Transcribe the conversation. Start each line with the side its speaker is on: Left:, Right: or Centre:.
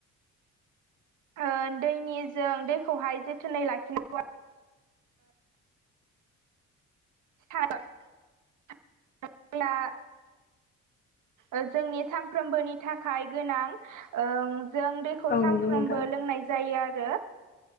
Right: ओ दैनिजों दैखौहाय जोथोनै लाखिनांगौ <unintelligible> ओ जोंनि सानफ्रोमबोनि थाखाय गोनां ओं जों दै खौ
Left: औ नंगौ औ
Right: सानफ्रबो
Left: नंगौ नोंथां
Right: लोंनाय जायो आरो।